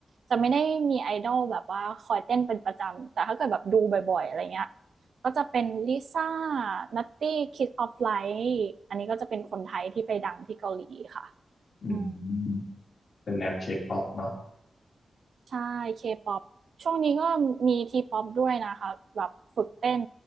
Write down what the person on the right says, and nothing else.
จะไม่ได้มี idol แบบว่าคอยเต้นเป็นประจำแต่ถ้าเกิดแบบดูบ่อยๆอะไรเงี้ยก็จะเป็น Lisa n ั t t ี k i ิ s of Light อันนี้ก็จะเป็นคนไทยที่ไปดังที่เกาหลีค่ะ
อืม
ใช่ K-pop ช่วงนี้ก็มี T-pop ด้วยนะคะแบบฝึกเต้น